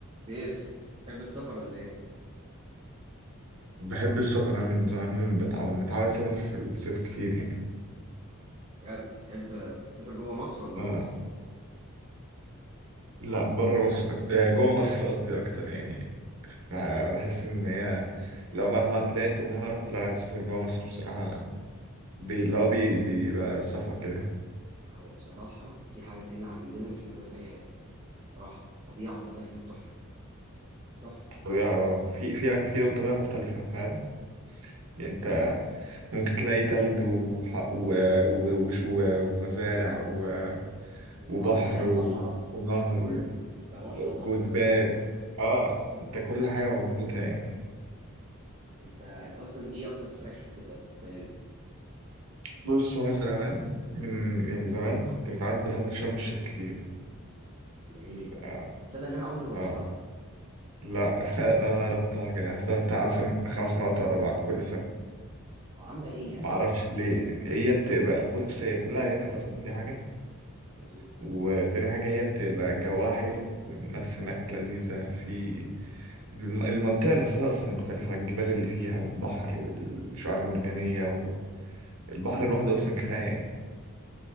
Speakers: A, on the right; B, on the right.
A: كيف بتحب السفر ولا ايه؟
B: بحب السفر انا من زمان بتعود متعود اسافر في الصيف كتير يعني
A: بجد بتحب تسافر جوه مصر ولا بره
B: آه.
A: مصر؟
B: لا بره مصر أك- آه، جوه مصر قصدي اكتر يعني بحس ان هي لو مهما طلعت ومهما رحت لا السفر جوه مصر بصراحة بي... اللي هو بي...
A: بس
B: بيبقى صفا كده
A: هو بصراحة في حاجات هنا عندنا مش موجودة في أي حتة بصراحة طبيعة الطبيعة هنا تحفة تحفة
B: طبيعة في في أماكن كتير وطبيعة مختلفة فاهم يعني انت ممكن تلاقي تلج وح... و... و... و... و... ومزارع و...
A: وبرضه
B: وبحر
A: تلاقي
B: و...
A: صحراء
B: ونهر
A: كله أنت ما شاء
B: وجبال
A: الله كله هنا موجود
B: اه
A: مم.
B: انت كل حاجة موجودة يعني
A: أنت أنت أصلا إيه أكتر سفرية حبيتها سافرتها هنا؟
B: بص انا زمان من يعني
A: مم.
B: زمان كنت متعود بسافر شرم الشيخ كتير
A: جميل
B: ف...
A: تصدق إن أنا عمري ما رحتها؟
B: اه لا <laughs> انا رحتها كده يعني رحتها بتاع مثلا خمس مرات بعد كل سنة
A: طب عاملة إيه يعني؟
B: ما اعرفش ليه يعني هي
A: اوصفها
B: بتبقى
A: لي
B: بص هي كلها أجانب اصلا دي حاجة
A: جميل
B: وتاني حاجة هي بتبقى جواها حلو والناس هناك لذيذة في الم- المنطقة نفسها أصلا مختلفة الجبال اللي فيها والبحر والشعاب المرجانية والبحر لوحده أصلا كفاية يعني